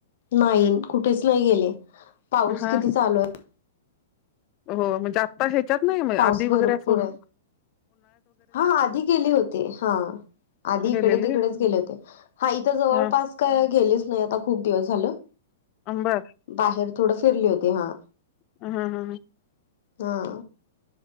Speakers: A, on the left (about 50°); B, on the left (about 35°).
A: नाही कुठेच नाही गेले पाऊस
B: हा
A: किती चालू आहे
B: हो म्हणजे आता ह्याच्यात नाही म
A: पाऊस
B: आधी
A: भरपूर
B: वगैरे फुल
A: आहे हा आधी गेले होते हा आधी
B: गेलेली
A: इकडे तिकडेच गेले होते हा इथं जवळपास
B: हा
A: काय गेलेच नाही आता खूप दिवस झालं
B: अं बर
A: बाहेर थोडं फिरले होते हा
B: हा हा
A: हा